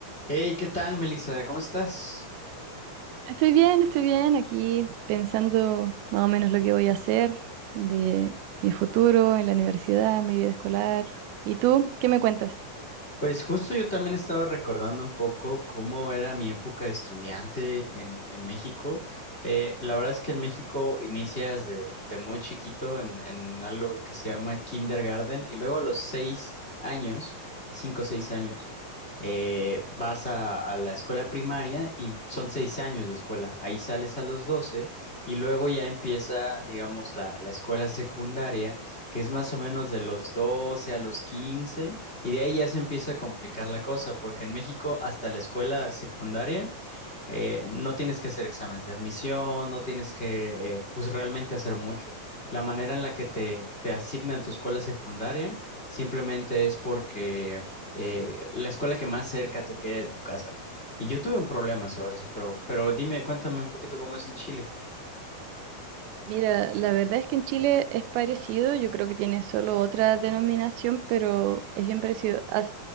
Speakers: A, on the left; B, on the right.
A: Hey, ¿qué tal, Melissa? ¿Cómo estás?
B: Estoy bien, estoy bien, aquí pensando más o menos lo que voy a hacer de mi futuro en la universidad, mi vida escolar. ¿Y tú qué me cuentas?
A: Pues justo yo también estaba recordando un poco cómo era mi época de estudiante en, en México. Eh, la verdad es que en México inicias de, de muy chiquito en, en algo que se llama kindergarten y luego a los seis años, cinco o seis años, eh, vas a, a la escuela primaria y son seis años de escuela. Ahí sales a los doce y luego ya empieza, digamos, la, la escuela secundaria, que es más o menos de los doce a los quince y de ahí ya se empieza a complicar la cosa, porque en México hasta la escuela secundaria eh, no tienes que hacer exámenes de admisión, no tienes que eh, pues realmente hacer mucho. La manera en la que te, te asignan tu escuela secundaria simplemente es porque eh, la escuela que más cerca te quede de tu casa. Y yo tuve un problema sobre eso, pero, pero dime, cuéntame un poquito cómo es en Chile.
B: Mira, la verdad es que en Chile es parecido, yo creo que tiene solo otra denominación, pero es bien parecido. Hace,